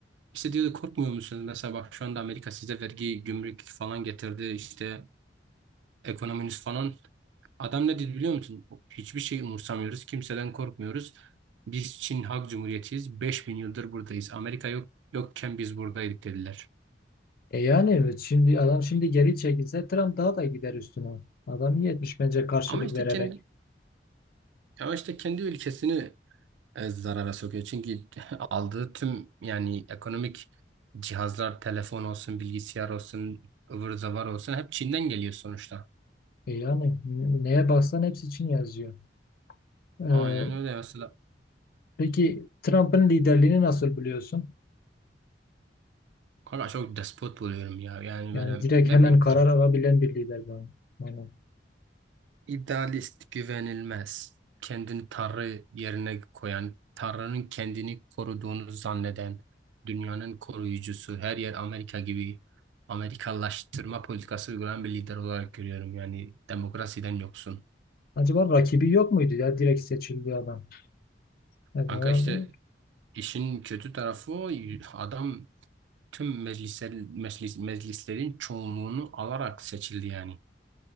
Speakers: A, on the right; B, on the left.
A: İşte diyordu korkmuyor musunuz? Mesela bak şu anda Amerika size vergi, gümrük falan getirdi. İşte ekonominiz falan. Adam ne dedi biliyor musun? Hiçbir şey umursamıyoruz. Kimseden korkmuyoruz. Biz Çin Halk Cumhuriyeti'yiz. 5000 yıldır buradayız. Amerika yok yokken biz buradaydık dediler.
B: E yani evet, şimdi adam şimdi geri çekilse Trump daha da gider üstüne. Adam iyi etmiş bence karşılık
A: Ama işte
B: vererek.
A: kendi ama işte kendi ülkesini e, zarara sokuyor. Çünkü <laughs> aldığı tüm yani ekonomik cihazlar, telefon olsun, bilgisayar olsun, ıvır zıvır olsun hep Çin'den geliyor sonuçta.
B: E yani n- neye baksan hepsi için yazıyor. Ee,
A: Aynen öyle mesela.
B: peki Trump'ın liderliğini nasıl biliyorsun?
A: Kanka çok despot buluyorum ya. Yani
B: Yani
A: böyle
B: direkt
A: ne
B: hemen
A: bileyim
B: karar alabilen bir lider bu. Yani
A: İdealist, güvenilmez, kendini Tanrı yerine koyan, Tanrı'nın kendini koruduğunu zanneden, dünyanın koruyucusu, her yer Amerika gibi Amerikalaştırma politikası uygulayan bir lider olarak görüyorum. Yani demokrasiden yoksun.
B: acaba rakibi yok muydu ya direkt seçildi adam? Evet,
A: Kanka
B: Herhalde
A: işte
B: yok.
A: işin kötü tarafı o, adam tüm meclisler, meclis, meclislerin çoğunluğunu alarak seçildi yani.